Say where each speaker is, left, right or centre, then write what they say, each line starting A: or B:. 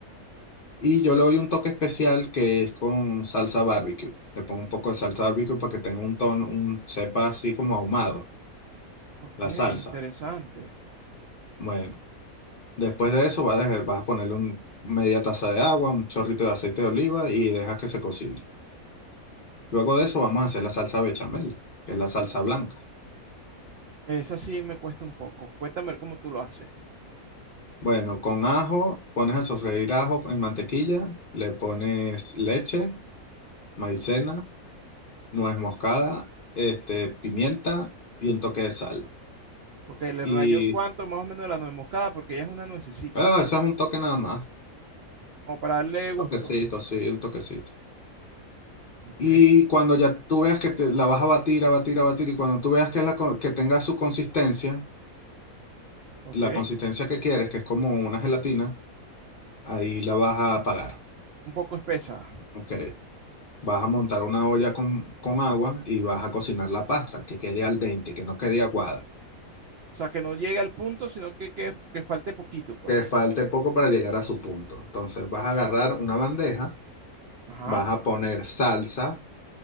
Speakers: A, on the left; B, on the right.
A: y yo le doy un toque especial que es con salsa barbecue. Le pongo un poco de salsa barbecue para que tenga un tono, un sepa así como ahumado,
B: Ok,
A: la salsa.
B: interesante.
A: Bueno. Después de eso vas a, dejar- vas a ponerle un, media taza de agua, un chorrito de aceite de oliva y dejas que se cocine. Luego de eso vamos a hacer la salsa bechamel, que es la salsa blanca.
B: Esa sí me cuesta un poco. Cuéntame a ver cómo tú lo haces.
A: Bueno, con ajo, pones a sofreír ajo en mantequilla, le pones leche, maicena, nuez moscada, este, pimienta y un toque de sal.
B: Ok, le
A: Y
B: rayo cuánto más o menos la nuez moscada porque ella es una nuececita.
A: ah, eso es un toque nada más,
B: Como para darle
A: un
B: gusto.
A: toquecito, sí, un toquecito.
B: Ok,
A: Y cuando ya tú veas que te, la vas a batir, a batir, a batir, y cuando tú veas que, la, co- que tenga su consistencia,
B: ok.
A: la consistencia que quieres, que es como una gelatina, ahí la vas a apagar.
B: Un poco espesa.
A: Ok. Vas a montar una olla con, con agua y vas a cocinar la pasta, que quede al dente, que no quede aguada,
B: O sea, que no llegue al punto, sino que, que, que falte poquito, pues.
A: que falte poco para llegar a su punto. Entonces vas a agarrar una bandeja,
B: Ajá.
A: vas a poner salsa